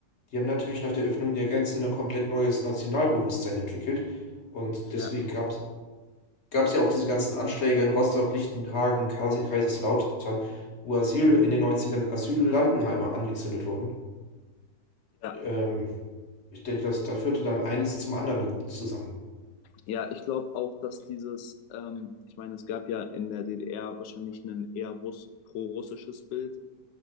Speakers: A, on the left; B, on the left.
A: die haben natürlich nach der Öffnung der Grenzen ein komplett neues Nationalbewusstsein entwickelt. Und deswegen
B: Ja,
A: gab's, gab's ja auch diese ganzen Anschläge in Rostock, Lichtenhagen, Kasi- Kaiserslautern, wo Asyl in den Neunzigern, ern Asyllandenheime angezündet wurden.
B: ja,
A: Ähm, ich denke, dass da führte dann eines zum anderen dann zusammen.
B: ja ich glaube auch, dass dieses, ähm, ich meine, es gab ja in der DDR wahrscheinlich ein eher Russ pro-russisches Bild